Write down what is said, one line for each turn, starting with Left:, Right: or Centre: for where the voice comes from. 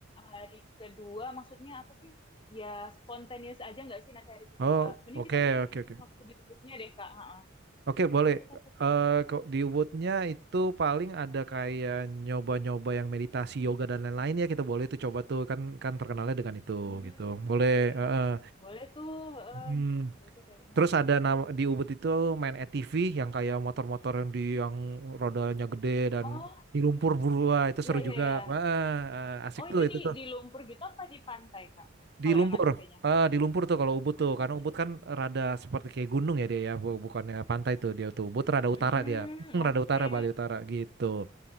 Left: hari kedua maksudnya apa sih? Ya spontaneous aja nggak sih nanti hari kedua?
Right: oh
Left: Mending
Right: oke
Left: kita mikirin
Right: oke
Left: yang
Right: oke
Left: waktu di Ubudnya deh Kak. Heeh.
Right: Oke, boleh.
Left: Aku takut.
Right: Eh kok di Woodnya itu paling ada kayak nyoba-nyoba yang meditasi, yoga dan lain-lain ya kita boleh itu coba tuh kan kan terkenalnya dengan itu
Left: Hmm,
Right: gitu. Boleh.
Left: oke.
Right: eh, eh.
Left: Boleh tuh. em,
Right: Hmm,
Left: seru tuh kayaknya.
Right: Terus ada nama, di Ubud itu main ATV yang kayak motor-motor yang di yang rodanya gede dan
Left: Oh,
Right: di lumpur berua itu
Left: iya,
Right: seru
Left: iya,
Right: juga.
Left: iya.
Right: Wah, eh, asik
Left: Oh,
Right: tuh
Left: itu
Right: itu
Left: di, di lumpur gitu apa di pantai, Kak?
Right: Di
Left: Kalau
Right: lumpur,
Left: yang ATV-nya.
Right: ah di lumpur tuh kalau Ubud tuh,
Left: Oh,
Right: karena
Left: oke.
Right: Ubud kan rada seperti kayak gunung ya dia ya, bu- bukannya pantai tuh dia tuh. Ubud rada
Left: Hmm,
Right: utara dia, Hmm, rada
Left: oke.
Right: utara Bali utara gitu.